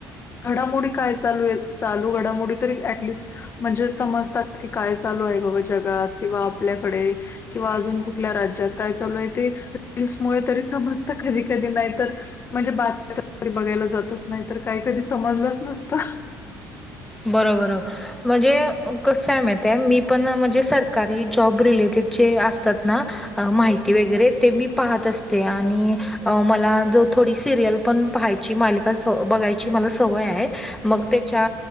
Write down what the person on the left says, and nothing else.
घडामोडी काय चालू आहेत. चालू घडामोडी तरी ऍटलिस्ट म्हणजे समजतात की काय चालू आहे बाबा जगात किंवा आपल्याकडे किंवा अजून कुठल्या राज्यात काय चालू आहे ते रीलल्स मु तरी समजता कधी कधी नाही तर म्हणजे बातम्या बघायला जातच नाही तर काही कधी समजलंच नसत.